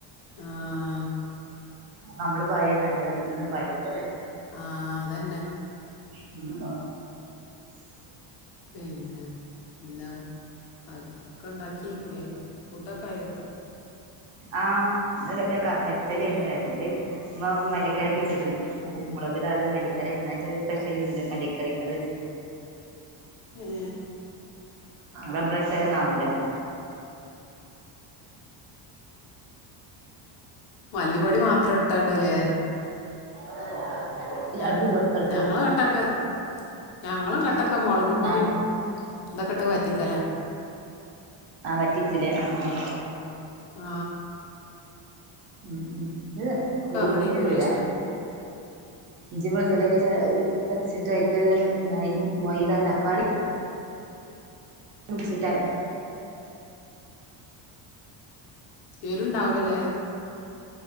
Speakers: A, on the left (about 55°); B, on the right (about 80°).
A: ആഹ്
B: അപ്പ നമ്മള് പാര്യയനല്ലാതെ ഇബരന്നും പരുല്ല.
A: ആഹ് അതന്നെ
B: <unintelligible> <unintelligible>
A: പിന്നെ എന്താ ഒക്കെ ഉണ്ടാക്കിയേക്കൂലേ ഫുഡൊക്കെ ആയോ
B: ആഹ ഇന്ന് ക വെത്തല്
A: ഏഹ്
B: ഇന്ന് വെത്തല് ഇമ്മ മല്ലിക്കരക്ക് വെച്ചിട്ടുണ്ട്. മുളകിടാതെ മല്ലിക്കര എന്നി് സ്പെഷ്യൽണ്ട് മല്ലിക്കറി അത് വെച്ചിട്ടുണ്ട്.
A: ഉം
B: നമ്മളച്ചലൊന്നാവൂല.
A: മല്ലിപൊടി മാത്രം ഇട്ടാണ്ടല്ലേ.
B: <unintelligible>
A: ഞങ്ങ
B: അടുക്ക് പോവാ തൊടക്ക്
A: ഞങ്ങളെങ്ങ്ട്ടക്കെ ഞങ്ങളെങ്ങ്ട്ടക്കെ മുളകും പൊടിയും
B: ആഹ്
A: ഇതെക്കെട്ട് വറ്റിക്കല്
B: ആഹ് വറ്റിക്കൂലേ ആഹ ആഹ
A: ആ
B: ഉം ഉ മുളകുപൊടി
A: അങ്ങനെയായിരിക്കൂല്ലേ
B: ഇടൂല
A: ഇഷ്ടം
B: ഇഞ്ചി വെളുത്തുള്ളി ഒക്കെ ചതച്ചു അതിലേക്കു ചതച്ചിട്ടു എന്താണ് അത്തിലേക്ക് മൈത തക്കാളി മിസ്സാക്കും
A: എരു ഉണ്ടാവൂലലേ